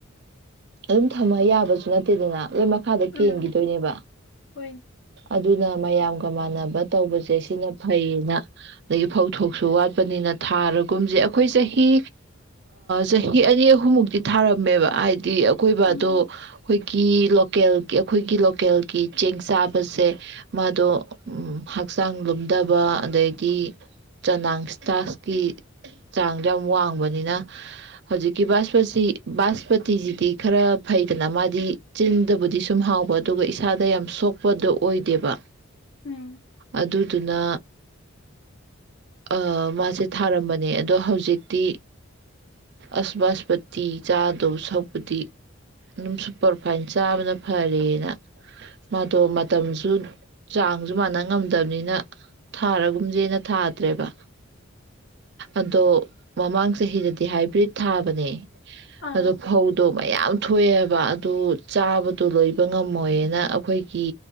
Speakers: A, on the right; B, on the left.
A: ꯑꯗꯨꯝ ꯊꯝꯃ ꯌꯥꯕꯁꯨ ꯅꯠꯇꯦꯗꯅ ꯂ ꯃꯈꯥꯗ ꯀꯦꯟꯈꯤꯗꯣꯏꯅꯦꯕ
B: ꯎꯝ ꯍꯣꯏ
A: ꯑꯗꯨꯅ ꯃꯌꯥꯝꯒ ꯃꯥꯟꯅꯕ ꯇꯧꯕꯁꯦ ꯁꯤꯅ ꯐꯩꯌꯦꯅ ꯑꯗꯒꯤ ꯐꯧꯊꯣꯛꯁꯨ ꯋꯥꯠꯄꯅꯤꯅ ꯊꯥꯔꯒꯨꯝꯁꯦ ꯑꯩꯈꯣꯏ ꯆꯍꯤ ꯆꯍꯤ ꯑꯅꯤ ꯑꯍꯨꯝꯃꯨꯛꯇꯤ ꯊꯥꯔꯝꯃꯦꯕ ꯍꯥꯏꯗꯤ ꯑꯀꯣꯏꯕꯗꯣ
B: ꯎꯝ
A: ꯑꯩꯈꯣꯏꯒꯤ ꯂꯣꯀꯦꯜꯒꯤ ꯑꯩꯈꯣꯏꯒꯤ ꯂꯣꯀꯦꯜꯒꯤ ꯆꯦꯡ ꯆꯥꯛ ꯁꯄꯠꯁꯦ ꯃꯥꯗꯣ ꯍꯛꯆꯥꯡ ꯂꯨꯝꯗꯕ ꯑꯗꯩꯗꯤ ꯆꯅꯥꯡ ꯁ꯭ꯇꯥꯁꯀꯤ ꯆꯥꯡꯗꯣ ꯌꯥꯝ ꯋꯥꯡꯕꯅꯤꯅ ꯍꯧꯖꯤꯛꯀꯤ ꯕꯥꯁꯄꯇ ꯕꯥꯁꯄꯇꯤꯁꯤꯗꯤ ꯈꯔ ꯐꯩꯗꯅ ꯃꯥꯗꯤ ꯆꯤꯟꯗꯕꯨꯗꯤ ꯁꯨꯝ ꯍꯥꯎꯕ ꯑꯗꯨꯒ ꯏꯁꯥꯗ ꯌꯥꯝ ꯁꯣꯛꯄ ꯄꯗꯣ ꯑꯣꯏꯗꯦꯕ
B: ꯎꯝ
A: ꯑꯗꯨ ꯑꯗꯨꯅ ꯑ ꯃꯥꯁꯦ ꯊꯥꯔꯝꯕꯅꯦ ꯑꯗꯣ ꯍꯧꯖꯤꯛꯇꯤ ꯑꯁꯕꯥꯁꯄꯇꯤ ꯆꯥꯗꯣ ꯁꯛꯄꯗꯤ ꯑꯗꯨꯝ ꯁꯨꯄꯔꯐꯥꯏꯟ ꯆꯥꯕꯅ ꯐꯔꯦꯦꯅ ꯃꯥꯗꯣ ꯃꯇꯝꯁꯨ ꯆꯥꯡꯁꯨ ꯃꯥꯟꯅ ꯉꯝꯗꯕꯅꯤꯅ ꯊꯥꯔꯒꯨꯝꯁꯦꯅ ꯊꯥ ꯠꯇ꯭ꯔꯦꯕ ꯑꯗꯣ ꯃꯃꯥꯡ ꯆꯍꯤꯗꯗꯤ ꯍꯥꯏꯕ꯭ꯔꯤꯠ ꯊꯥꯕꯅꯦ
B: ꯑꯥ
A: ꯑꯗꯣ ꯐꯧꯗꯣ ꯃꯌꯥꯝ ꯊꯣꯛꯑꯦꯕ ꯑꯗꯨ ꯆꯥꯕꯗꯣ ꯂꯣꯏꯕ ꯉꯝꯃꯣꯏꯌꯦꯅ ꯑꯩꯈꯣꯏꯒꯤ